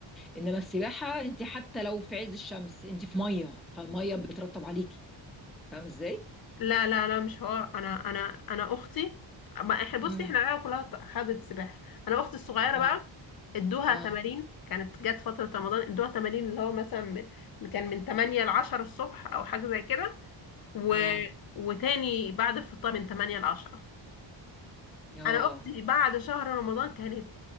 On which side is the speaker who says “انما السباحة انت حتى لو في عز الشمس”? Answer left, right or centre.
Centre